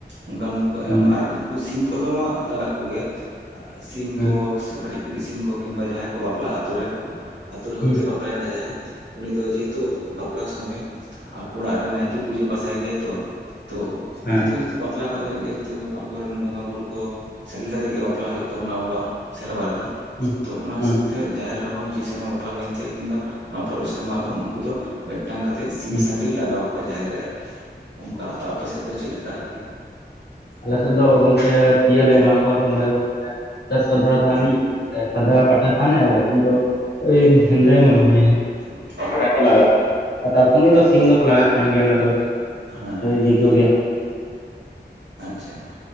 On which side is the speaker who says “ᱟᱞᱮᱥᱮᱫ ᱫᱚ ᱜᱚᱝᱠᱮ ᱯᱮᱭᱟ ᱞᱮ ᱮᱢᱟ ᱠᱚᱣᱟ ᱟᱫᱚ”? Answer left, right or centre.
Left